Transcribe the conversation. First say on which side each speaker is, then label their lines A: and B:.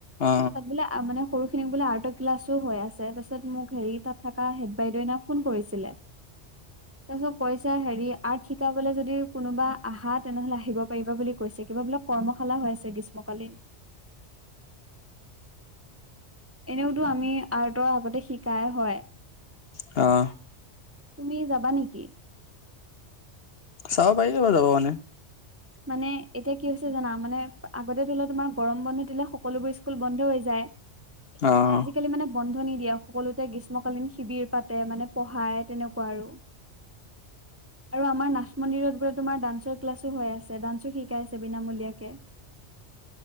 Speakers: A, on the left; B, on the right.
A: অ
B: তাত বোলে মানে সৰু <unintelligible> বোলে আৰ্টৰ ক্লাছো হৈ আছে তাৰপিছত মোক হেৰি তাত থকা হেড বাইদউনা ফোন কৰিছিলে তাৰ পিছত হেৰি আৰ্ট শিকাবলৈ যদি কোনোবা আহা তেনেহলে আহিব পাৰিবা বুলি কৈছে কিবাবোলে কৰ্মশালা হৈ আছে গ্ৰীষ্মকালীন এনেওতো আমি আৰ্টৰ আগতে শিকাএ হয়
A: অ',
B: তুমি যাবা নেকি?
A: চাব পাৰিলেব যাব মানে
B: মানে, এতিয়া কি হৈছে জানা, মানে আগতে তোমাৰ গৰম বন্ধ দিলে সকলোবোৰ ইস্কুল বন্ধ হৈ যায়
A: অ',
B: আজিকালি মানে বন্ধ নিদিয়ে, সকলোতে গ্ৰীষ্মকালীন শিবিৰ পাতে মানে পঢ়াই তেনেকুৱা আৰু আৰু আমাৰ নাথ মন্দিৰত বোলে, তোমাৰ ডান্সৰ ক্লাছো হৈ আছে ডান্সো শিকাই আছে বিনামূলীয়াকে